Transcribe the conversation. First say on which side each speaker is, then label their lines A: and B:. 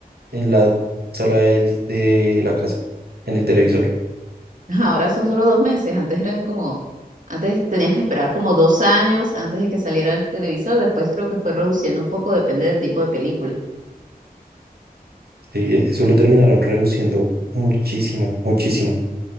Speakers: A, on the right; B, on the right.
A: en la sala del- de la casa, en el televisor.
B: Ahora son solo dos meses, antes eran como, antes tenías que esperar como dos años antes de que saliera el televisor, después creo que fue reduciendo un poco, depende del tipo de película.
A: Sí, eso lo terminaron reduciendo muchísimo, muchísimo.